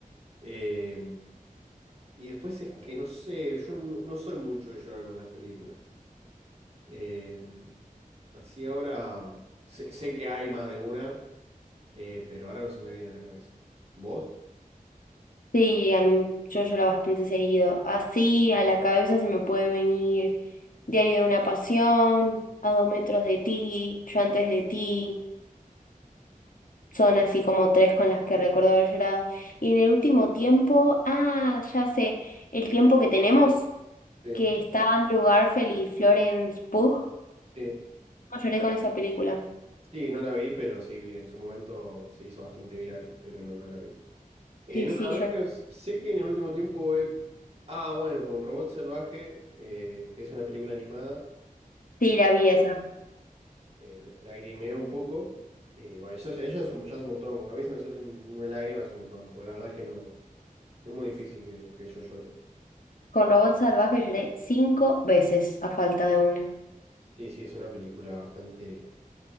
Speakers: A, on the right; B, on the left.
A: Eh, y después es que no sé, yo no no soy mucho de llorar con las películas. Eh, así ahora sé, sé que hay más de una, eh, pero ahora no se me viene a la cabeza. ¿Vos?
B: Sí, a mí yo lloro bastante seguido. Así a la cabeza se me puede venir Diario de una pasión, A dos metros de ti, Yo antes de ti. Son así como tres con las que recuerdo haber llorado. Y en el último tiempo, ah, ya sé, el tiempo que tenemos,
A: Sí,
B: que está Andrew Garfield y Florence Pugh.
A: sí.
B: No, lloré con esa película.
A: Sí, no la vi, pero sí vi. En su momento se hizo bastante viral, pero no, no la vi. Eh,
B: Sí,
A: no,
B: sí,
A: la verdad
B: lloré.
A: que sé que en el último tiempo he... Ah, bueno, con Robot Salvaje, eh, que es una película animada.
B: Sí, la vi esa.
A: eh, la- lagrimeo un poco. Y bueno, ya, ya, ya es un, ya es un montón. A mí se me suelta un- una lágrima, es un montón, porque la verdad es que no, es muy difícil que, que yo llore.
B: Con Robot Salvaje lloré cinco veces a falta de una.
A: Sí, sí, es una película bastante,